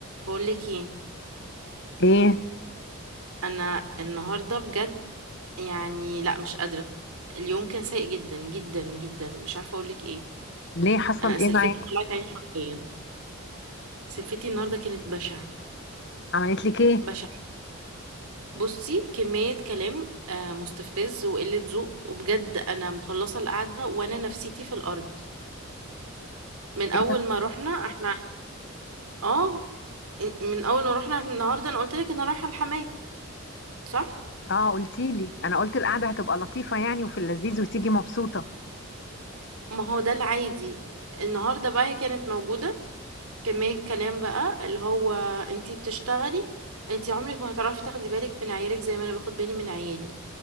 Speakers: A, on the right (about 80°); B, on the left (about 50°).
A: بقول لك ايه
B: ايه
A: انا النهارده بجد يعني لا مش قادره اليوم كان سيء جدا جدا جدا مش عارفه اقول لك ايه
B: ليه حصل
A: انا
B: ايه
A: سلفتي
B: معاك
A: طلعت عيني حرفيا سلفتي النهارده كانت بشعه
B: عملت لك ايه
A: بشعه بصي كميه كلام آه، مستفز وقله ذوق وبجد انا مخلصه القعده وانا نفسيتي في الارض من اول
B: ايه ده
A: ما رحنا احنا اه من اول ما رحنا النهارده انا قلت لك انا رايحه الحمايه صح
B: اه قلتي لي انا قلت القعده هتبقى لطيفه يعني وفي اللذيذ وتيجي مبسوطه
A: ما هو ده العادي النهارده بقى هي كانت موجوده كمية كلام بقى اللي هو انتي بتشتغلي انتي عمرك ما هتعرفي تاخدي بالك من عيالك زي ما انا باخد بالي من عيالي